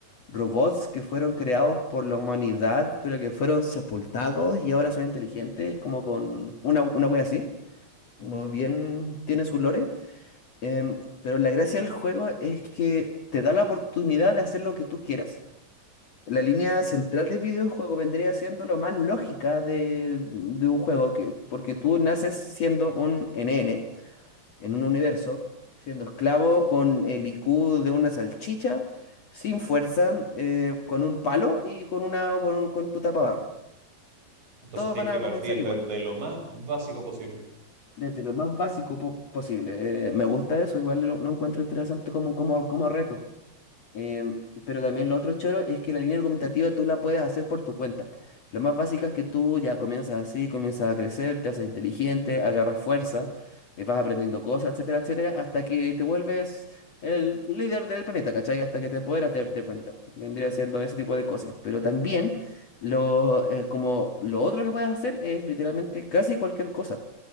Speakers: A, on the left (about 45°); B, on the right (about 55°).
A: robots que fueron creados por la humanidad, pero que fueron sepultados y ahora son inteligentes, como con una, una wea así. Muy bien, tiene su lore, em, pero la gracia del juego es que te da la oportunidad de hacer lo que tú quieras. La línea central del videojuego vendría siendo lo más lógica de, de un juego, que, porque tú naces siendo un NN en un universo, siendo esclavo con el IQ de una salchicha, sin fuerza, eh, con un palo y con, una, con, con tu tapabarro.
B: Entonces
A: Todos
B: tienes
A: van
B: que
A: a
B: partir
A: comenzar
B: desde
A: igual.
B: lo más básico posible.
A: desde lo más básico po- posible. Eh, me gusta eso, igual lo, lo encuentro interesante como, como, como reto. Em, pero también lo otro choro es que la línea argumentativa tú la puedes hacer por tu cuenta. Lo más básico es que tú ya comienzas así, comienzas a crecer, te haces inteligente, agarras fuerza, eh, vas aprendiendo cosas, etcétera, etcétera, hasta que te vuelves el líder del planeta, ¿cachai? Hasta que te apoderas del del planeta. Vendría siendo ese tipo de cosas. Pero también lo, eh, como lo otro que puedes hacer es literalmente casi cualquier cosa.